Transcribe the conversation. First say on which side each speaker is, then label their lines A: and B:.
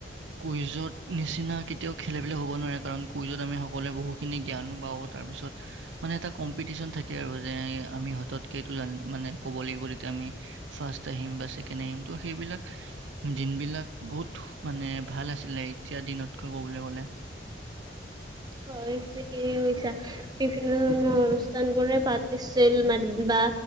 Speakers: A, on the right (about 80°); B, on the right (about 20°).
A: কুইজত নিচিনা কেতিয়াও খেলে-বেলে হ'ব নোৱাৰে কাৰণ কুইজত আমি সকলোৱে বহুখিনি জ্ঞানো পাও তাৰপিছত, মানে এটা কম্পিটিচন থাকে আৰু যে আমি হাতত কেতো জান, মানে ক'ব লাগিব তেতিয়া আমি ফাৰ্ষ্ট আহিম বা ছেকেণ্ড আহিম ত' সেইবিলাক দিনবিলাক বহুত মানে ভাল আছিলে, এতিয়া দিনতকৈ ক'বলৈ গ'লে।
B: হয়, ঠিকেই কৈছা বিভিন্ন ধৰণৰ অনুষ্ঠানবোৰে পা তিছিল মানে বা